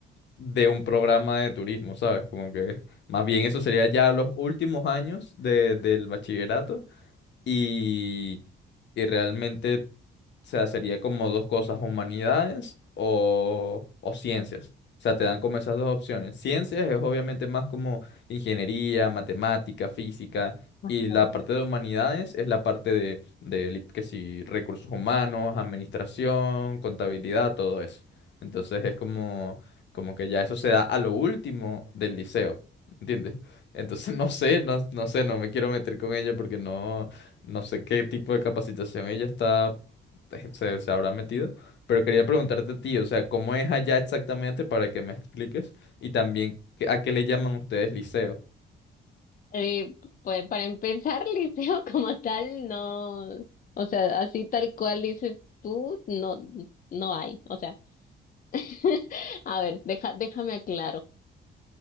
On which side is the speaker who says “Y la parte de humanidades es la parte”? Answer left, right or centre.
Left